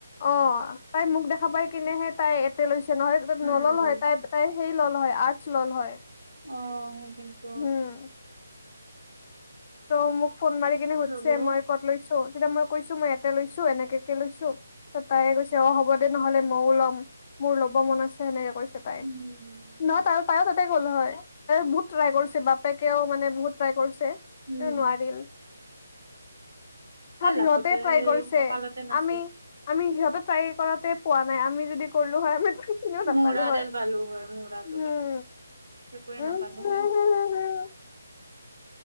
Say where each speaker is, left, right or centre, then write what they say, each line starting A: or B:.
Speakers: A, on the left (about 35°); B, on the right (about 75°).
A: অ তাই মোক দেখা পাই কিনেহে তাই ইয়াতে লৈছে। নহয়, তাতে
B: উম,
A: নললে হয় তাই তাই সেই ল'লে হয় আৰ্টছ ল'লে হয়।
B: অ' ক্ষেত্ৰত
A: উম ত' মোক ফোন মাৰি কিনে সুধিছে,
B: প্ৰভু
A: মই ক'ত লৈছো তেতিয়া মই কৈছো মই ইয়াতে লৈছো এনেকেকে লৈছো ত তাইে কৈছে অ হ'ব দে নহলে ময়ো লম মোৰ লব মন আছে সেনেকে কৈছো তাই,
B: উম,
A: ন তাইও তাত তাতে গ'ল হৈ তাই বহুত চেষ্টা কৰিছে, দেউতাকে নিজে বহুত চেষ্টা কৰিছে।
B: উম,
A: নোৱাৰিলে ভাব
B: এ লাগতে
A: সিহঁতে চেষ্টা
B: এই
A: কৰিছে,
B: কপালতে নাছিল।
A: আমি, আমি সিহঁতে চেষ্টা কৰোঁতে। আমি যদি পোৱা নাই। কৰিলোঁ হৈ, আমি সেইখনিও নাপালো
B: মূৰাডাল
A: হয়।
B: পালো হয় মূৰাটো
A: উম,
B: পালো একোৱে নাপালো
A: উম
B: হয়